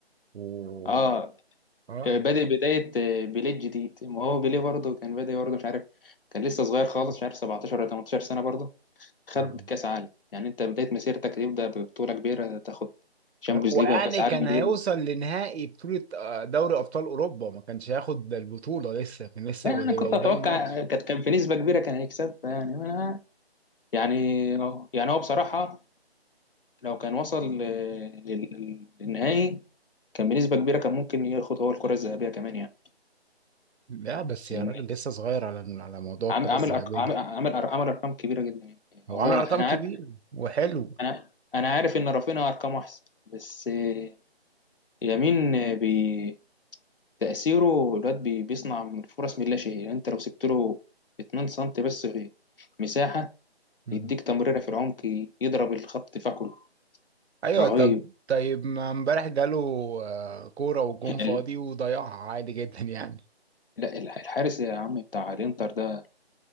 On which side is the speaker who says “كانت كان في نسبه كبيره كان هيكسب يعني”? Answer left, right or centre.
Left